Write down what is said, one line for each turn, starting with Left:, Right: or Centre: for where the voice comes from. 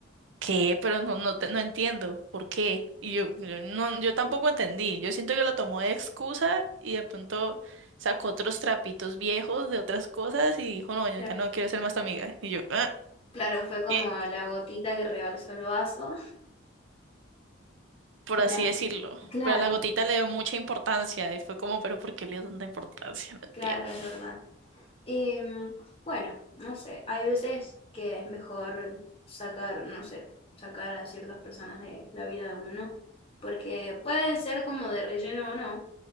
Right: ¿qué? Pero no, no, te- no entiendo, ¿por qué? Y yo, yo no, yo tampoco entendí. Yo siento que lo tomó de excusa y de pronto sacó otros trapitos viejos de otras cosas y dijo, no, yo
Left: Claro,
Right: ya no quiero ser más tu amiga. Y yo, "Ah,
Left: claro, fue como
Right: ¿qué?",
Left: la gotita que rebalsó el vaso.
Right: Por
Left: Pero
Right: así decirlo.
Left: Claro,
Right: Pero la gotita le dio mucha importancia y fue como, pero ¿por qué le dio tanta importancia? No entiendo.
Left: claro, es verdad. Em, bueno, no sé, hay veces que es mejor sacar, no sé, sacar a ciertas personas de la vida de uno, porque puede ser como de relleno o no,